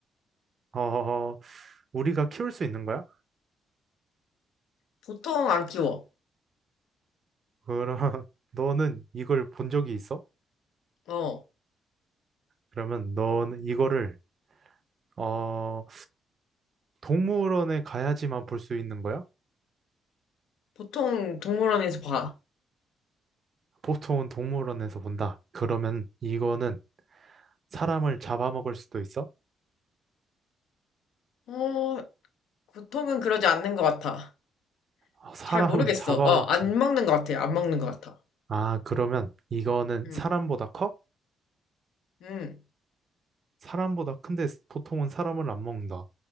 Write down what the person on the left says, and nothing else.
보통 안 키워.
어,
보통 동물원에서 봐.
어, 보통은 그러지 않는 것 같아.
잘 모르겠어.
어, 안 먹는 것 같아요. 안 먹는 것 같아.
음,
음.